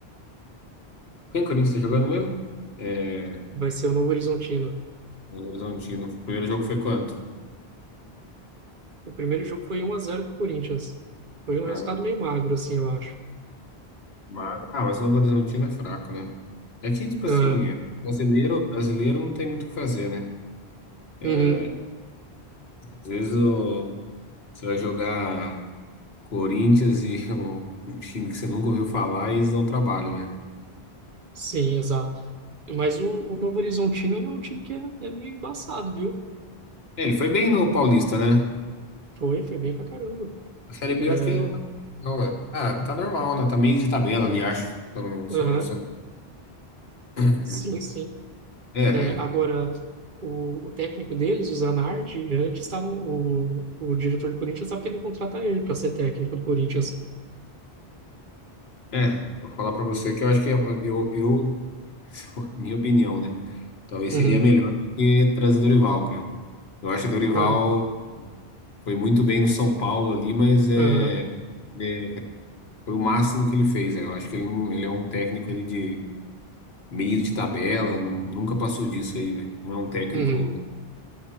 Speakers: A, on the left (about 70°); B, on the right (about 55°).
A: Quem o Corinthians tá jogando mesmo? É,
B: Vai ser o Novo Horizontino.
A: Novo Horizontino. O primeiro jogo foi quanto?
B: O primeiro jogo foi um a zero pro Corinthians. Foi um
A: Ah,
B: resultado meio magro, assim, eu acho.
A: mas, ah, mas o Novo Horizontino é fraco, né? É que, tipo
B: Ah,
A: assim, é, brasileiro, brasileiro não tem muito o que fazer, né? É,
B: uhum,
A: Às vezes o- você vai jogar Corinthians e <laughs> um, um time que você nunca ouviu falar e eles não trabalham, né?
B: sim, exato. Mas o, o Novo Horizontino ele é um time que é, é meio embaçado, viu?
A: É, Ele foi bem no Paulista, né?
B: Foi, foi bem pra caramba.
A: A Série B
B: É,
A: eu acho que ele não tá muito bem, não, é. Ah, tá normal, né? Tá meio de tabela ali, acho. Se eu não,
B: aham,
A: se eu não, se eu não-
B: sim, sim.
A: <clears throat> É,
B: É, agora, o, o técnico deles, o Zanardi, antes estavam, o, o diretor do Corinthians estava querendo contratar ele para ser técnico do Corinthians.
A: É, vou falar pra você que eu acho que é, eu, eu, <laughs> minha opinião, né? Talvez
B: Uhum,
A: seria melhor do que trazer o Dorival, cara. Eu acho que o Dorival
B: cara,
A: foi muito bem no São Paulo ali, mas é,
B: aham,
A: é, foi o máximo que ele fez. é. Eu acho que ele, não, ele é um técnico ali de meio de tabela, nu- nunca passou disso aí, velho. Não é um técnico
B: uhum,